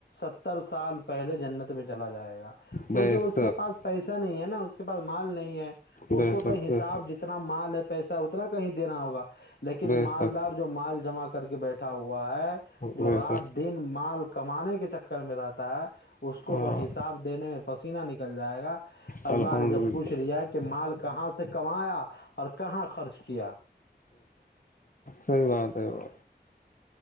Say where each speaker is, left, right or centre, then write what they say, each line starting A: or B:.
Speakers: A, on the left; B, on the left.
A: ستر سال پہلے جنت میں چلا جائے گا کیونکہ
B: بے
A: اس
B: شک
A: کے پاس پیسے نہیں ہے نا پاس مال نہیں ہے ان
B: بے
A: کو
B: شک
A: تو حساب
B: بے شک
A: جتنا مال ہے پیسہ اتنا کہیں دینا ہوگا لیکن
B: بے
A: مالدار
B: شک
A: جو جمع کر کے بیٹھا ہوا ہوا ہے جو
B: بے
A: رات
B: شک
A: دن مال کمانے کے چکر میں رہتا تھا اس کو
B: ہاں
A: تو حساب دینے میں پسیینہ نکل جائے گا
B: الحمد
A: اللہ نے جب
B: للہ
A: پوچھ لیا کہ مال کہاں سے کمایا اور کہاں خرچ کیا
B: صحی بات ہے ب